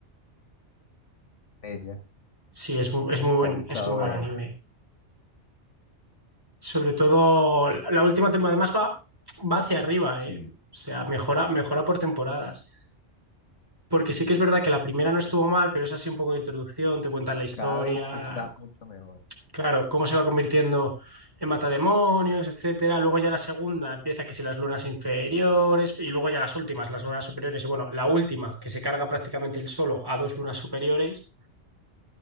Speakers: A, on the left; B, on the right.
A: con ella,
B: Sí, es muy,
A: Pues,
B: es muy buen,
A: que ha gustado
B: es muy buen
A: ver.
B: anime. Sobre todo la última temporada, además va, va hacia arriba,
A: Sí,
B: ¿eh? O sea, mejora, mejora por temporadas. Porque sí que es verdad que la primera no estuvo mal, pero es así un poco de introducción, te cuentan la historia,
A: cada vez está mucho mejor.
B: Claro, cómo se va convirtiendo en matademonios, etcétera. Luego ya la segunda empieza que si las lunas inferiores, y luego ya las últimas, las lunas superiores, y bueno, la última, que se carga prácticamente el solo a dos lunas superiores,